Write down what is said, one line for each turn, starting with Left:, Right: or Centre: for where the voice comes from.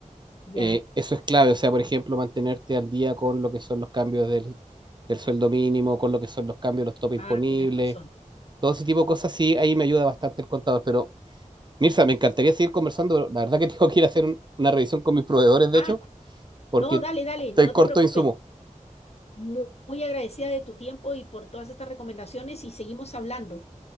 Left: Ya.
Right: Eh, eso es clave. O sea, por ejemplo, mantenerte al día con lo que son los cambios del, del sueldo mínimo, con lo que son los cambios de los topes
Left: Ah,
Right: imponibles,
Left: tienes razón.
Right: todo ese tipo de cosas. Sí, ahí me ayuda bastante el contador. Pero, Mirza, me encantaría seguir conversando, pero la verdad que <laughs> tengo que ir a hacer un- una revisión con mis proveedores, de
Left: Ah,
Right: hecho, porque
Left: no, dale, dale,
Right: estoy
Left: no
Right: corto
Left: te preocupes.
Right: de insumos.
Left: Mu- Muy, agradecida de tu tiempo y por todas estas recomendaciones y seguimos hablando.